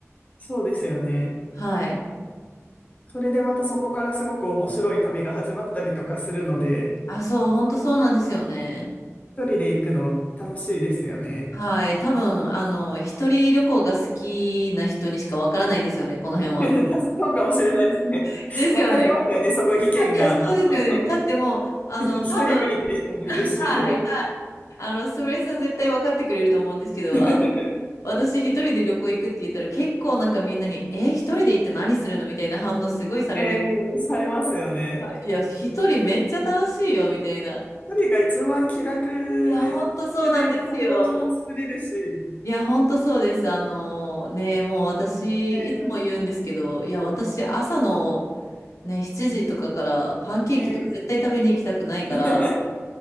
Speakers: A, on the left (about 30°); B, on the left (about 75°).
A: そうですよね。
B: はい。
A: それでまたそこからすごく面白い旅が始まったりとかするので、
B: あ、そう、本当そうなんですよね。
A: 一人で行くの楽しいですよね。
B: はい。多分、あの、一人旅行が好きな人にしかわからないですよね、この辺は。
A: <laughs> そうかもしれないですね。
B: <laughs> ですよね。
A: 分かれますよね、そこ意見が。
B: あいや、そうですよね。
A: あの、
B: だってもう、
A: <laughs>
B: あの、
A: 一人無理って人もいるし。
B: 多分、はい。あの、すみれさん絶対分かってくれると思うんですけど、
A: <laughs>
B: あ私一人で旅行行くって言ったら結構なんかみんなに、え、一人で行って何するのみたいな反応すごいされるんです。
A: えー、されますよね。
B: はいいや、一人めっちゃ楽しいよ、みたいな。
A: 一人が一番気楽で、
B: いや、ほんとそうなんですよ。
A: 気楽でいて友達も作れるし。
B: いや、ほんとそうです。あのね、もう私、
A: え
B: いつも言うんですけど、いや、私、朝の、ね、7時とかからパンケーキとか絶対食べに行きたくないから、
A: ー、えー <laughs>